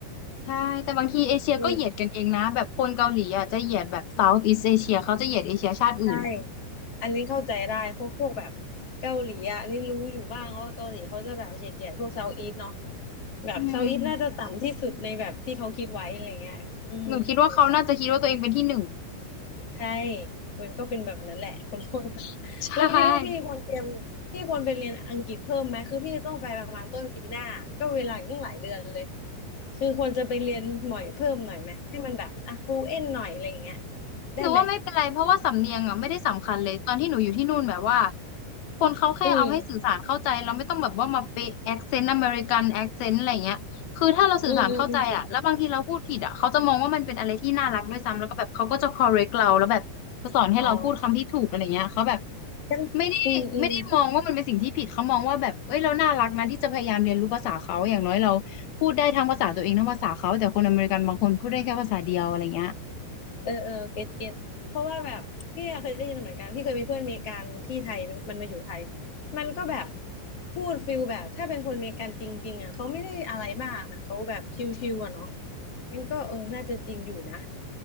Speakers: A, on the left; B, on the left.
A: ใช่ แต่บางทีเอเชียก็เหยียดกันเองนะ
B: อืม
A: แบบคนเกาหลีอ่ะจะเหยียดแบบ South East Asia เขาจะเหยียดเอเชียชาติอื่น
B: ใช่อันนี้เข้าใจได้เพวกพวกแบบเกาหลีอ่ะอันนี่รู้อยู่บ้างว่าเกาหลีเขาจะแบบเหยียดๆพวกเซาท์อีสเนาะ แบบเซาท์อีสต์น่าจะต่ำที่สุดในแบบที่เขาคิดไว้อะไรเงี้ยอืมสงสัย
A: อืมหนูคิดว่าเขาน่าจะคิดว่าตัวเองเป็นที่หนึ่ง
B: ใช่มันก็เป็นแบบนั้นแหละคนคน <laughs>
A: <laughs> ใช่
B: แล้วคิดว่าพี่ควรเตรียมพี่ควรไปเรียนอังกฤษเพิ่มไหมคือพี่จะต้องไปประมาณต้นปีหน้าก็เวลาอีกตั้งหลายเดือนเลยคือควรจะไปเรียนหน่อยเพิ่มหน่อยไหมให้มันแบบอ่ะฟูเอ็นหน่อยอะไรอย่างเงี้ยได้ไหม
A: หนูว่าไม่เป็นไรเพราะว่าสำเนียงอ่ะไม่ได้สำคัญเลยตอนที่หนูอยู่ที่นู่นแบบว่าคนเขาแค่เอาให้สื่อสารเข้าใจเราไม่ต้องแบบว่ามาเป๊ะแอคเซนต์อเมริกันแอคเซนต์อะไรเงี้ยคือถ้าเราสื่อสารเข้าใจอ่ะแล้วบางทีเราพูดผิดอ่ะเขาจะมองว่ามันเป็นอะไรที่น่ารักด้วยซ้ำแล้วก็แบบเขาก็จะ
B: อืมอืมอืมอืมอม
A: correct เราแล้วแบบจะสอนให้เราพูดคำที่ถูกอะไรเงี้ยเขาแบบ
B: อ๋องั้นอืมอืม
A: ไม่ได้ไม่ได้มองว่ามันเป็นสิ่งที่ผิดเขามองว่าแบบเอ้ยเราน่ารักนะที่จะพยายามเรียนรู้ภาษาเขาอย่างน้อยเราพูดได้ทั้งภาษาตัวเองทั้งภาษาเขาแต่คนอเมริกันบางคนพูดได้แค่ภาษาเดียวอะไรเงี้ย
B: เออเออเก็ตเก็ตเพราะว่าแบบพี่อะเคยได้ยินเหมือนกันพี่เคยมีเพื่อนอเมริกันที่ไทยมันมันมาอยู่ไทยมันก็แบบพูดฟิลแบบถ้าเป็นคนอเมริกันจริงๆอ่ะเขาไม่ได้อะไรมากเหมันเขาแบบชิลๆอ่ะเนาะงั้นก็เออน่าจะจริงอยู่นะ